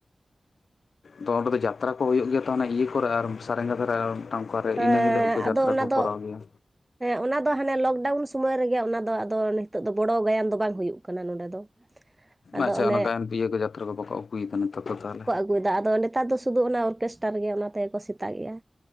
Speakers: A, on the left (about 70°); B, on the right (about 20°).
A: ᱛᱚ ᱚᱸᱰᱮ ᱫᱚ ᱡᱟᱛᱨᱟ ᱠᱚ ᱦᱩᱭᱩᱜ ᱜᱮᱭᱟ ᱛᱚ ᱦᱮᱱᱟ ᱤᱭᱟᱹᱠᱚᱨᱮ ᱟᱨ ᱥᱟᱨᱜᱟ ᱫᱷᱟᱨ᱾ ᱴᱷᱟᱸᱣ ᱠᱚᱨᱮ
B: ᱦᱮᱸ
A: ᱤᱱᱟᱹ ᱦᱤᱞᱳᱜ ᱠᱚ ᱡᱟᱛᱨᱟ
B: ᱟᱫᱚ ᱚᱱᱟ
A: ᱠᱚ
B: ᱫᱚ
A: ᱠᱚᱨᱟᱣ ᱜᱮᱭᱟ᱾
B: ᱦᱮᱸ ᱚᱱᱟ ᱫᱚ ᱦᱟᱱᱮ ᱞᱚᱠᱰᱟᱣᱩᱱ ᱥᱩᱢᱚᱭ ᱨᱮᱜᱮ ᱚᱱᱟᱫᱚ ᱟᱫᱚ ᱱᱤᱛᱚᱜ ᱫᱚ, ᱵᱚᱲᱚ ᱜᱟᱭᱟᱱ ᱫᱚ ᱵᱟᱝ ᱦᱩᱭᱩᱜ ᱠᱟᱱᱟ ᱱᱚᱸᱰᱮ ᱫᱚ᱾ ᱟᱫᱚ
A: ᱟᱪᱪᱷᱟ,
B: ᱚᱱᱮ
A: ᱚᱱᱟ ᱜᱟᱭᱟᱱ ᱤᱭᱟᱹ ᱠᱚ ᱡᱟᱛᱨᱟ ᱠᱚ ᱵᱟᱠᱚ ᱩᱜᱩᱭᱮᱫᱟ ᱱᱮᱛᱟᱨ ᱫᱚ ᱛᱟᱦᱚᱞᱮ᱾
B: ᱟᱹᱜᱩᱭᱫᱟ ᱟᱫᱚ ᱱᱮᱛᱟᱨ ᱫᱚ ᱥᱩᱫᱩ ᱚᱱᱟ ᱚᱨᱠᱮᱥᱴᱟᱨ ᱜᱮ, ᱚᱱᱟ ᱛᱮᱜᱮᱠᱚ ᱥᱮᱛᱟᱜᱮᱜᱼᱟ᱾